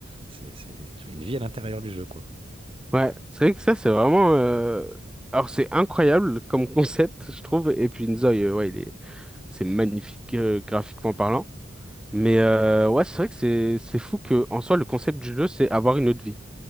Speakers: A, on the right; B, in the centre.
A: C'est, c'est- tu as une vie à l'intérieur du jeu, quoi.
B: Ouais. C'est vrai que ça, c'est vraiment. euh, Alors, c'est incroyable comme concept, je trouve. Et puis, Nzoï, euh, ouais, il est... c'est magnifique euh, graphiquement parlant. Mais euh, ouais, c'est vrai que c'est c'est fou que en soi, le concept du jeu, c'est avoir une autre vie.